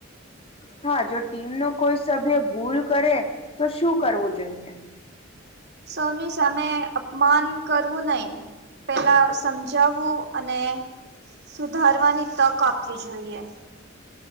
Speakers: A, on the left (about 30°); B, on the right (about 55°).
A: હા જો ટીમ નો કોઈ સભ્ય ભૂલ કરે તો શું કરવું જોઈએ?
B: સૌની સામે અપમાન કરવું નહી પેલા સમજાવવું અને સુધારવાની તક આપવી જોઈએ.